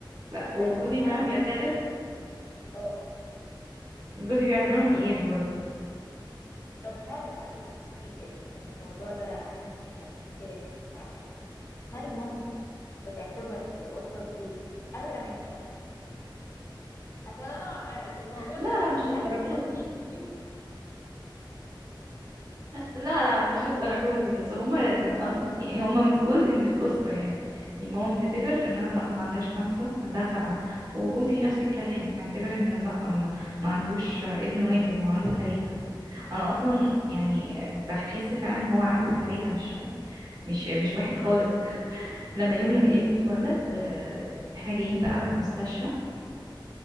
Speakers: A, on the right (about 50°); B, on the left (about 35°).
A: ف...
B: هل
A: وجوزي
B: هل
A: فعلا بيعتبر
B: اه
A: جوزي بيعتبرهم عياله برضو
B: طب هل بس عشان في الم- الموضوع ده عندي حساسية منه بصراحة يعني معلش. هل مامتك بتعتبر القطة دي أغلى من حياتها؟ عشان أنا عشان الموضوع
A: لا
B: ده
A: لا مش
B: حاسس
A: الدرجة
B: في نفسيتي
A: دي لا لا مش الدرجة دي بس هما يعني يعني هما جزء من الأسرة يعني يعني ماما بتعتبر انها لا ما عندهاش خمسة ما عندها سبعة وجوزي نفس الكلام معتبر انه لا ما ما عندوش ابن واحد هو عنده ثلاثة انا اصلا يعني بحس فعلا هو عنده ثلاثة مش مش مش واحد خالص <laughs> لما يوم لما ابني اتولد آه، احنا جايين بقى من المستشفى